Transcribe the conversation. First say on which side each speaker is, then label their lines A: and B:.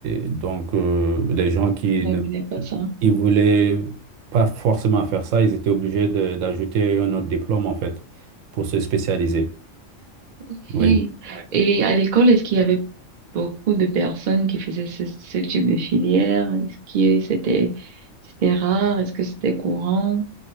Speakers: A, on the right (about 75°); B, on the right (about 50°).
A: et donc, euh, les gens qui
B: je
A: ne
B: ne voulais pas ça.
A: qui voulaient pas forcément faire ça, ils étaient obligés de- d'ajouter un autre diplôme, en fait, pour se spécialiser.
B: Ok.
A: Oui.
B: Et à l'école, est-ce qu'il y avait beaucoup de personnes qui faisaient ce, ce type de filière? Est-ce que c'était, c'était rare? Est-ce que c'était courant?